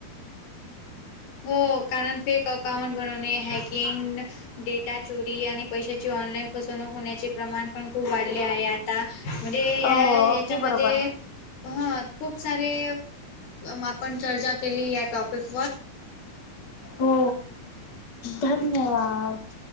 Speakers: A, on the left (about 85°); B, on the left (about 30°).
A: हो कारण फेक अकाउंट बनवणे. हॅकिंग, डेटा चोरी आणि पैसे- ची ऑनलाईन फसवणूक होण्याचे प्रमाण पण- खूप वाढले आहे आता म्हणजे या
B: हो अगदी
A: याच्यामध्ये-
B: बरोबर
A: ह, खूप सारे आपण चर्चा केली या टॉपिक-
B: हो, धन्यवाद.